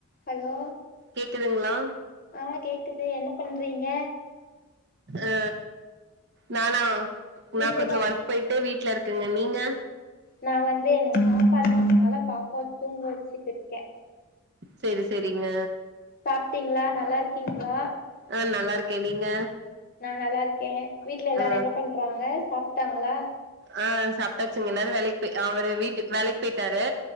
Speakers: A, on the left; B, on the right.
A: hello
B: கேக்குதுங்ளா
A: ஆ கேக்குது என்ன பண்றீங்க
B: ஆ நானா
A: நீங்கதா
B: நா கொஞ்ச ஒர்க் போயிட்டு வீட்ல இருக் கங்க நீங்க
A: நா வந்து எனக்கு பாப்பா இருக்கதுனால பாப்பாவ தூங்க வெச்சுட்டு இருக்கே
B: செரி செரிங்க
A: சாப்டீங்ளா நல்லா இருக்கீங்ளா
B: ஆ நல்லா இருக்கே நீங்க
A: நா நல்லா இருக்கே வீட்ல எல்லாரும்
B: ஆ
A: என்ன பண்றாங்க சாப்டாங்ளா
B: ஆ சாப்டாச்சுங்க எல்லாரு வேலைக் போய் அவரு வீட்டு வேலைக்கு போயிட்டாரு